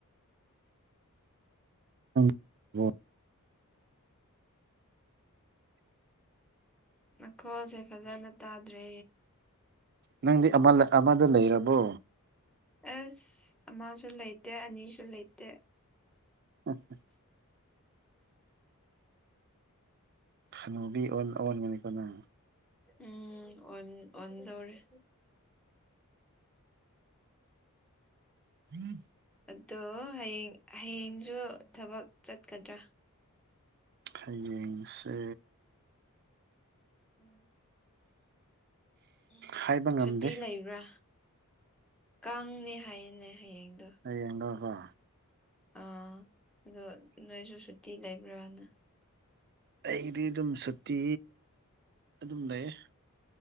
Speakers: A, on the right; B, in the centre.
A: <unintelligible>
B: ꯃꯈꯣꯜꯖꯦ ꯐꯖꯅ ꯇꯥꯗ꯭ꯔꯦ
A: ꯅꯪꯗꯤ ꯑꯃ ꯂꯩ ꯑꯃꯗꯣ ꯂꯩꯔꯕꯣ
B: ꯑꯁ ꯑꯃꯁꯨ ꯂꯩꯇꯦ ꯑꯅꯤꯁꯨ ꯂꯩꯇꯦ
A: ꯎꯝ ꯎꯝ ꯍꯅꯨꯕꯤ ꯑꯣꯟꯒꯅꯤꯀꯣ ꯅꯪ
B: ꯎꯝ ꯑꯣꯟ ꯑꯣꯟꯗꯧꯔꯤꯦ
A: ꯎꯝ
B: ꯑꯗꯣ ꯍꯌꯦꯡ ꯍꯌꯦꯡꯁꯨ ꯊꯕꯛ ꯆꯠꯀꯗ꯭ꯔꯥ
A: ꯍꯌꯦꯡꯁꯦ
B: ꯎꯝ ꯎꯝ
A: ꯍꯥꯏꯕ ꯉꯝꯗꯦ
B: ꯁꯨꯇꯤ ꯂꯩꯕ꯭ꯔꯥ ꯀꯪꯅꯦ ꯍꯥꯏꯌꯦꯅꯦ ꯍꯌꯦꯡꯗꯣ
A: ꯍꯌꯦꯡꯂꯕ
B: ꯑꯥ ꯑꯗꯣ ꯅꯣꯏꯖꯨ ꯁꯨꯇꯤ ꯂꯩꯕ꯭ꯔꯥꯅ
A: ꯑꯩꯗꯤ ꯑꯗꯨꯝ ꯁꯨꯇꯤ ꯑꯗꯨꯝ ꯂꯩꯌꯦ